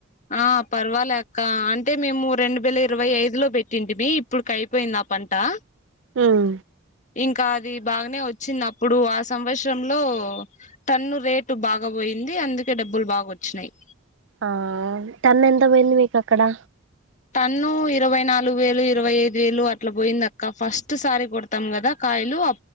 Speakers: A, on the left (about 35°); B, on the right (about 60°).
A: ఆ పర్వాల్యాక్కా అంటే మేమూ రెండు వేల ఇరవై ఐదు లో పెట్టింటి మీ ఇప్పుడుకైపోయింద పంటా
B: ఊఁ
A: ఇంకా అదీ బాగనే వచ్చిన్ అప్పుడూ ఆ సంవత్సరంలో టన్ను రేటు బాగా పోయిం యింది అందుకే డబ్బుల్ బాగొచ్చినయ్
B: ఆ టన్నెంత పోయింది మీకక్కడా
A: టన్ను ఇరవై నాలుగు వేలు ఇరవై ఐదు వేలు అట్ల బోయిందక్క ఫస్ట్ సారి గొడ్తం గదా కాయ్ లూ